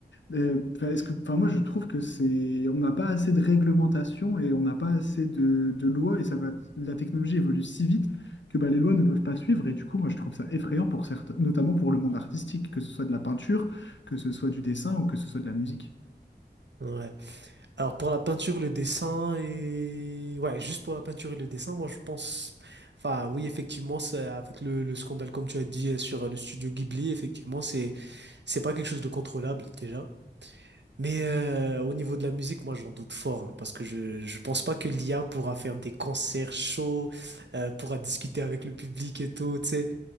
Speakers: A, on the left; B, on the right.
A: Euh, enfin, est-ce que, enfin, moi je trouve que c'est, on n'a pas assez de réglementation et on n'a pas assez de, de lois et ça va, la technologie évolue si vite que bah, les lois ne peuvent pas suivre. Et du coup, moi je trouve ça effrayant pour certains, notamment pour le monde artistique, que ce soit de la peinture, que ce soit du dessin ou que ce soit de la musique.
B: ouais. Alors pour la peinture, le dessin et ouais, juste pour la peinture et le dessin, moi je pense, enfin oui effectivement, c'est avec le, le scandale comme tu as dit euh, sur euh, le studio Ghibli, effectivement c'est c'est pas quelque chose de contrôlable déjà. Mais euh, au niveau de la musique, moi j'en doute fort hein, parce que je je pense pas que l'IA pourra faire des concerts chauds, euh, pourra discuter avec le public et tout. Tu sais,